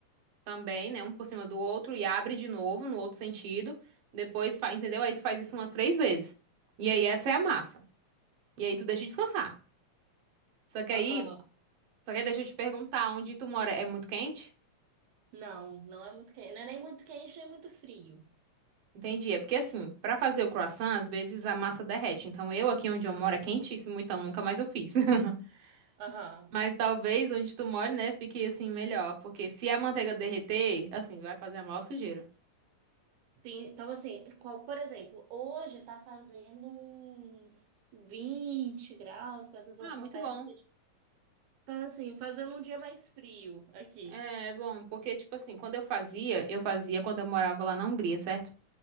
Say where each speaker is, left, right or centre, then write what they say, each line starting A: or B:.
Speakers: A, on the right (about 60°); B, on the right (about 80°).
A: também, né? Um por cima do outro e abre de novo no outro sentido. Depois, fa- entendeu? Aí tu faz isso umas três vezes. E aí essa é a massa. E aí tu deixa descansar. Só que
B: Aham.
A: aí, só que aí deixa eu te perguntar, onde tu mora é muito quente?
B: Não, não é muito quente. Não é nem muito quente, nem muito frio.
A: Entendi. É porque assim, pra fazer o croissant, às vezes a massa derrete. Então eu aqui onde eu moro é quentíssimo, então nunca mais eu fiz. <laughs>
B: Aham.
A: Mas talvez onde tu mora, né, fique assim melhor, porque se a manteiga derreter, assim, vai fazer a maior sujeira.
B: Tem- então, assim, qual- por exemplo, hoje tá fazendo uns 20 graus com a sensação
A: Ah, muito
B: térmica.
A: bom.
B: Tá, assim, fazendo um dia mais frio aqui.
A: É bom, porque tipo assim, quando eu fazia, eu fazia quando eu morava lá na Hungria, certo?